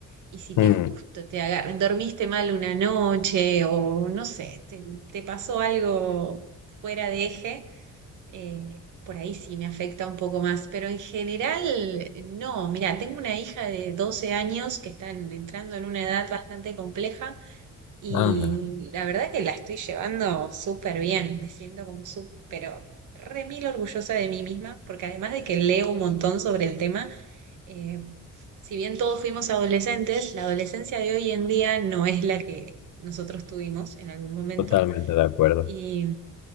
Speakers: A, on the right (about 75°); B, on the left (about 80°).
A: Y si te
B: Mm,
A: justo te agarras, dormiste mal una noche o no sé, te, te pasó algo fuera de eje, eh, por ahí sí me afecta un poco más, pero en general no. Mira, tengo una hija de 12 años que está en- entrando en una edad bastante compleja y
B: Anda,
A: la verdad que la estoy llevando súper bien. Me siento como súper, pero re mil orgullosa de mí misma, porque además de que leo un montón sobre el tema, eh, si bien todos fuimos adolescentes, la adolescencia de hoy en día no es la que nosotros tuvimos en algún momento
B: totalmente de acuerdo.
A: y,